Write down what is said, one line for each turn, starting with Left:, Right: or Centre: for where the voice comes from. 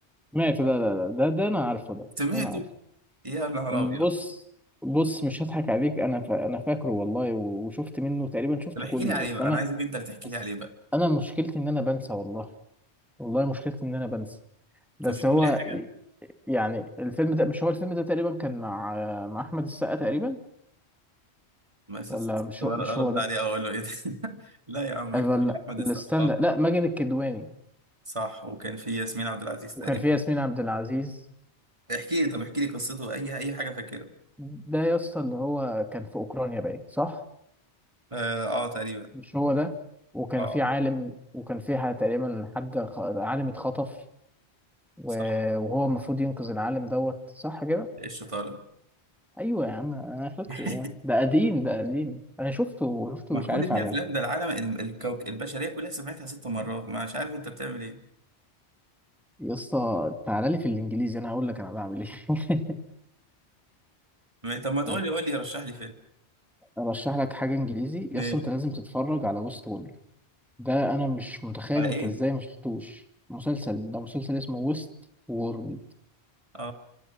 Centre: مات ده ده ده, ده, ده انا عارفه ده
Right: سمعته
Centre: ده انا عارفه
Right: يا نهار
Centre: بص
Right: ابيض
Centre: بص مش هضحك عليك انا فا انا فاكره والله و- وشفت منه تقريبا شفته
Right: طب احكي
Centre: كله
Right: لي عليه
Centre: بس
Right: بقى
Centre: انا
Right: انا عايزك انت اللي تحكي
Centre: بس
Right: لي عليه بقى
Centre: انا مشكلتي ان انا بنسى والله والله مشكلتي ان انا بنسى
Right: انت
Centre: بس
Right: مش فاكر
Centre: هو
Right: اي حاجه
Centre: يعني الفيلم ده مش هو الفيلم ده تقريبا كان مع مع احمد السقا تقريبا
Right: بس
Centre: ولا مش
Right: طب
Centre: هو
Right: ارد
Centre: مش هو ده
Right: عليه أو اقول له ايه ده <laughs> لا يا عم ما
Centre: أيوة،
Right: كان
Centre: لا
Right: في احمد
Centre: لا،
Right: السقا
Centre: استنى
Right: آه،
Centre: لا ماجد الكدواني
Right: صح وكان في ياسمين عبد العزيز
Centre: وكان
Right: تقريبا
Centre: في ياسمين عبد العزيز
Right: احكي لي طب احكي لي قصته اي اي حاجه فاكرها
Centre: ده يا اسطى اللي هو كان في اوكرانيا باين صح
Right: اه, آه تقريبا
Centre: مش هو ده وكان
Right: اه
Centre: في عالم وكان فيها تقريبا حد خ- عالم اتخطف و-
Right: صح
Centre: وهو المفروض ينقذ العالم دوت صح كده
Right: ايه الشطاره
Centre: ايوه يا عم انا فاكره
Right: <laughs>
Centre: ده ده قديم ده قديم انا شفته شفته
Right: ما
Centre: مش
Right: كل
Centre: عارف
Right: دي
Centre: على
Right: افلام ده العالم ال- الكوك البشريه كلها سمعتها ست مرات ما مش عارف انت بتعمل ايه
Centre: يا اسطى تعالى لي في الانجليزي انا هقول لك انا بعمل ايه <laughs>
Right: ما- طب ما تقول
Centre: انا
Right: لي قول لي رشح لي
Centre: ارشح لك حاجه انجليزي يا
Right: فيلم
Centre: اسطى انت لازم تتفرج على ويست وورلد ده انا مش متخيل
Right: على
Centre: انت
Right: ايه؟
Centre: ازاي ما شفتوش مسلسل ده مسلسل اسمه ويست وورلد
Right: اه